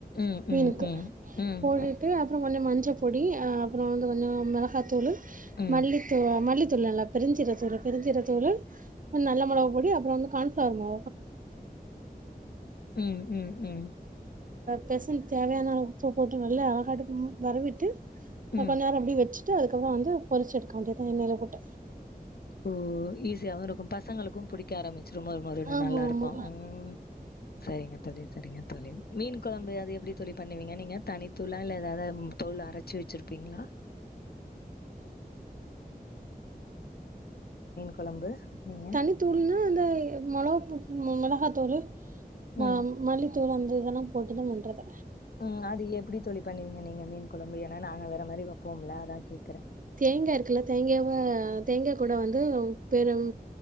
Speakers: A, on the left; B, on the right.
A: ம்
B: மீனுக்கு
A: ம் ம் ம்
B: போட்டுட்டு அப்றோ கொஞ்ச மஞ்ச பொடி அப்றோ வந்து கொஞ்சோ மிளகாத்தூளு
A: ம்
B: மல்லித்தூவா
A: ம்
B: மல்லித் துள் நல்லா பெருஞ்சு பெருஞ்சீர தூளு நல்ல மொளவு பொடி அப்றோ வந்து கான்ஸ் சவர்மோ
A: ம் ம் ம்
B: பெசன் தேவ்யான அளவ் சோ போட்டு நல்லா அழகாட்டும் வரவிட்டு அ
A: ம்
B: கொஞ் நேரம் அப்டி வெச்சிட்டு அதுக்கப்றோ வந்து பொரிச் எடுக்கு அததா எண்ணய்ல போட்ட
A: ஓ ஈஸியாவு இருக்கு பசங்களுக்கு புடிக்க ஆரம்மிச்சிரு மொறு மொறுன்னு
B: ஆமா
A: நல்லாருக்கு
B: ஆமா
A: ம் சரிங்க தோழி சரிங்க தோழி மீன் கொழம்பு அது எப்டி தோழி பண்ணுவீங்க நீங்க தனித்தூள இல்ல எதாவ்த தோள அரச்சு வெச்சிருப்பீங்ளா கொழம்பு நீங்க
B: தனித்தூள்ன்னா அந்த மொளவுப்பு மிளகாத்தூளு ம
A: ம்
B: மல்லித்தூளு அந்த இதலா போட்டுதா மிண்றத
A: ம் அது எப்புடி தோழி பண்ணுவீங்க நீங்க மீன் கொழம்பு ஏன்னா நாங்க வேற மாரி வப்போம்ல அதா கேக்குற
B: தேங்கே இருக்குல்ல தேங்கேவ தேங்கே கூட வந்து பெரும்